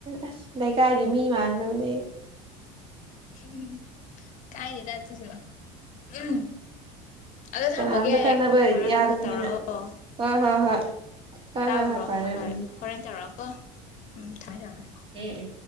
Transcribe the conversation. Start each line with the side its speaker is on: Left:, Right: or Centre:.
Right: ꯑꯁ ꯂꯩꯀꯥꯏꯒꯤ ꯃꯤ ꯃꯥꯡꯈ꯭ꯔꯕꯅꯦ ꯑꯩ
Left: <unintelligible> ꯀꯥꯏꯅꯤꯗ ꯑꯗꯨꯁꯨ ꯎꯝ ꯑꯗꯣ ꯊꯝꯃꯒꯦ
Right: ꯀꯅꯥꯝꯇ ꯈꯪꯅꯕ
Left: ꯌꯥ ꯍꯣꯔꯦꯟ
Right: ꯌꯥꯗꯕꯅꯤꯅ
Left: ꯑꯃꯨꯛꯀ ꯇꯧꯔꯛꯑꯣ
Right: ꯍꯣꯏ ꯍꯣꯏ ꯍꯣꯏ ꯍꯣꯏ
Left: ꯇꯥꯕꯨꯔꯣ
Right: ꯍꯣꯏ ꯐꯔꯦ
Left: ꯍꯣꯏ
Right: ꯎꯝ
Left: ꯍꯣꯔꯦꯟ ꯇꯧꯔꯛꯑꯣ ꯀꯣ ꯎꯝ ꯊꯝꯃꯦ ꯊꯝꯃꯦ
Right: ꯎꯝ